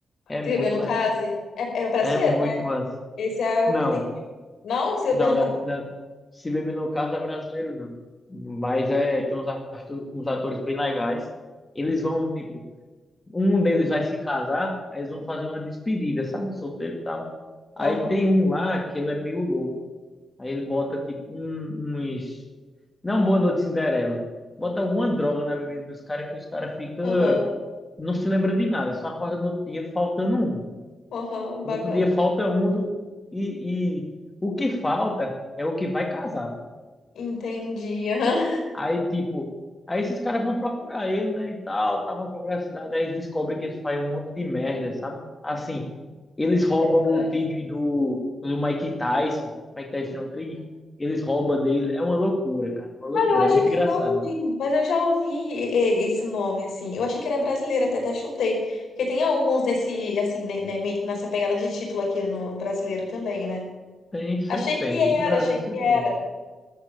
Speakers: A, on the left; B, on the left.
A: É
B: Se
A: muito
B: beber no
A: legal.
B: case? É, é brasileiro,
A: É muito
B: né?
A: massa.
B: Esse é o
A: Não.
B: que tem que. Não, se beber
A: Não,
B: no
A: na-
B: case.
A: na- se beber no caso, não é brasileiro, não. Mas é, tem uns, atu- uns atores bem legais. Eles vão, tipo, um deles vai se casar, aí eles vão fazer uma despedida, sabe? Solteiro e tal. Aí
B: Aham,
A: tem um lá que ele é meio louco. Aí ele bota, tipo, um- uns. Não, Boa Noite Cinderela. Bota alguma droga na bebida dos caras que os caras ficam.
B: aham,
A: Não se lembra de nada, só acorda no outro dia faltando um.
B: aham,
A: No
B: bacana.
A: outro dia falta um do, e, e o que falta é o que vai casar.
B: Entendi. aham.
A: Aí, tipo, aí esses caras vão procurar ele, né, e tal, tava procurando a cidade, aí eles descobrem que eles fazem um monte de merda, sabe? Assim, eles roubam
B: <laughs>
A: o tigre do, do Mike Tyson, Mike Tyson é um tigre, eles roubam dele, é uma loucura, cara, é uma loucura,
B: Cara, eu acho
A: é muito
B: que
A: engraçado.
B: eu não vi, mas eu já ouvi e- e- esse nome, assim. Eu achei que era brasileiro, até até chutei. Porque tem alguns desse, assim, né, né, meio que nessa pegada de título aqui no brasileiro também, né?
A: Tem, sempre
B: Achei
A: tem,
B: que era,
A: no Brasil
B: achei que
A: sempre
B: era.
A: tem.